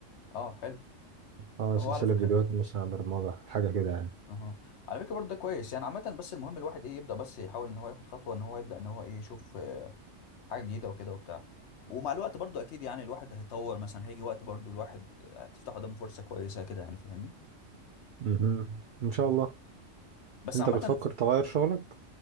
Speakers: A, on the left; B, on the right.
A: اه حلو
B: اه سلسلة
A: هو على فكره
B: فيديوهات مثلا عن برمجة حاجة كده يعني
A: اها على فكره برضه ده كويس يعني عامه بس المهم الواحد ايه يبدا بس يحاول ان هو ياخد خطوه ان هو يبدا ان هو ايه يشوف آه، حاجه جديده وكده وبتاع ومع الوقت برضه اكيد يعني الواحد هيطور مثلا هيجي وقت برضه الواحد هتفتح قدامه فرصه كويسه كده يعني فاهمني
B: مهم. ان شاء الله
A: بس
B: انت
A: عامه
B: بتفكر تغير شغلك